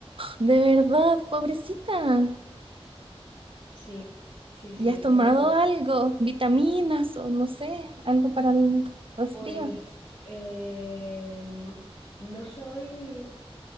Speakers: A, on the right (about 60°); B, on the left (about 50°).
A: De verdad, pobrecita.
B: Sí, sí, sí,
A: ¿Y
B: de
A: has
B: hecho,
A: tomado
B: tengo-
A: algo? ¿Vitaminas o no sé, algo para el resfrío?
B: pues eh, no soy,